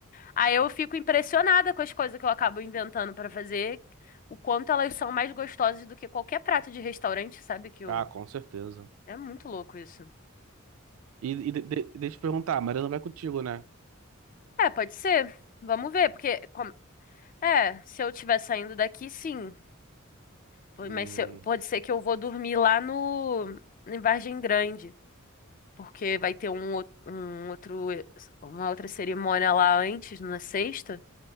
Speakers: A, on the left (about 40°); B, on the right (about 70°).
A: Aí eu fico impressionada com as coisas que eu acabo inventando pra fazer, o quanto elas são mais gostosas do que qualquer prato de restaurante, sabe? Que eu...
B: Ah, com certeza.
A: É muito louco isso.
B: E, e de- de- deixa eu te perguntar, a Mariana vai contigo, né?
A: É, pode ser. Vamos ver, porque... com- É, se eu estiver saindo daqui, sim. Pô,
B: Hum,
A: Mas se eu- pode ser que eu vou dormir lá no... Em Vargem Grande. porque vai ter um, ou- um outro, uma outra cerimônia lá antes, na sexta.